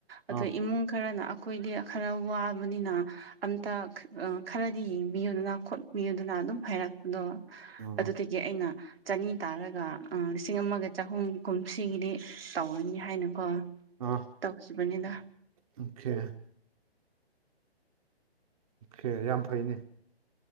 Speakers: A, on the right; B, on the right.
A: ꯑꯗꯣ
B: ꯑꯥ
A: ꯏꯃꯨꯡ ꯈꯔꯅ ꯑꯩꯈꯣꯏꯗꯤ ꯈꯔ ꯋꯥꯕꯅꯤꯅ ꯑꯝꯇ ꯈ꯭ꯔꯗꯤ ꯌꯦꯡꯕꯤꯌꯨꯗꯅ ꯈꯣꯠꯄꯤꯌꯨꯗꯅ ꯑꯗꯨꯝ ꯍꯥꯏꯔꯛꯄꯗꯣ
B: ꯑꯥ
A: ꯑꯗꯨꯗꯒꯤ ꯑꯩꯅ ꯆꯅꯤ ꯇꯥꯔꯒ ꯂꯤꯁꯤꯡ ꯑꯃꯒ ꯆꯍꯨꯝ ꯀꯨꯝꯁꯤꯒꯤꯗꯤ ꯇꯧꯔꯅꯤ ꯍꯥꯏꯅꯀꯣ
B: ꯑꯥ
A: ꯇꯧꯈꯤꯕꯅꯤꯗ
B: ꯑꯣꯀꯦ ꯑꯣꯀꯦ ꯌꯥꯝ ꯐꯩꯅꯦ